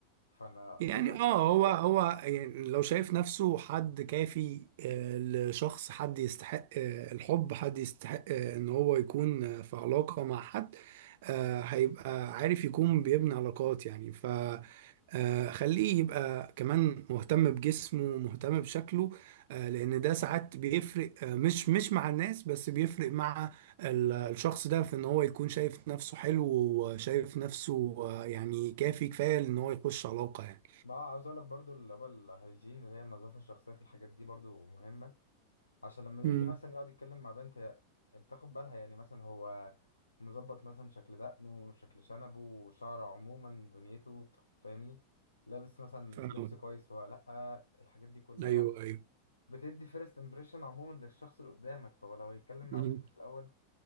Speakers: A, on the left; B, on the right.
A: فانا
B: يعني
A: لازم
B: اه هو هو يعني لو شايف نفسه حد كافي آه، لشخص حد يستحق آه، الحب حد يستحق آه، ان هو يكون آه، في علاقة مع حد آه، هيبقى عارف يكون بيبني علاقات يعني ف آه، خليه يبقى كمان مهتم بجسمه مهتم بشكله آه، لان ده ساعات بيفرق آه، مش مش مع الناس بس بيفرق مع ال- الشخص ده في ان هو يكون شايف نفسه حلو وشايف نفسه آه، يعني كافي كفاية ان هو يخش علاقة يعني
A: ما عاوز اقول لك برضو اللي هو الهيجين اللي هي النظافه الشخصيه في الحاجات دي برضو مهمه عشان لما بيجي
B: امم
A: مثلا يقعد يتكلم مع بنت هي انت تاخد بالها يعني مثلا هو مظبط مثلا شكل دقنه شكل شنبه شعره عموما دنيته فاهمني لابس مثلا
B: فاهمك
A: لبس كويس ولا لا الحاجات دي كلها
B: ايوه ايوه
A: بتدي فيرست امبريشن عموما للشخص اللي قدامك فهو لو هيتكلم مع
B: امم
A: بنت في الاول